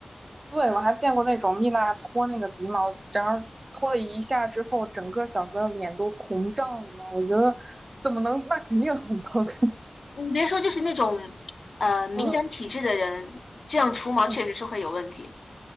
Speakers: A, on the right; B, on the left.
A: 对，我还见过那种蜜蜡脱那个鼻毛，然后脱了一下之后，整个小哥脸都红胀了。我觉得怎么能，那肯定很疼。<laughs>
B: 你别说，就是那种呃敏感体质的人，
A: 嗯
B: 这样除毛确实是会有问题。
A: 嗯